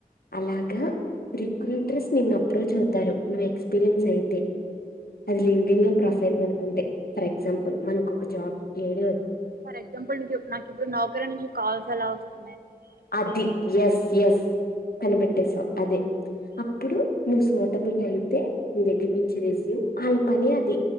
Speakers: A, on the left (about 85°); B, on the right (about 80°).
A: అలాగ రిక్రూటర్స్ నిన్ను అప్రోచ్ అవుతారు నువ్వు ఎక్స్పీరియన్స్ అయితే అది
B: ఉమ్.
A: లింక్డిన్ లో ప్రొఫైల్ గనక ఉంటే ఫర్ ఎగ్జాంపుల్ మనకు ఒక జాబ్ ఐడి
B: ఫర్ ఎగ్జాంపుల్ నీకు నాకు ఇప్పుడు నౌకరి నుంచి కాల్స్ ఎలా వస్తు
A: అది యస్ యస్ కనిపెట్టేసవ్ అదే అప్పుడు నువ్వు సూటబుల్ అయితే నీ దగ్గర్నుంచి రెజ్యూమ్ వాళ్ళ పనే అది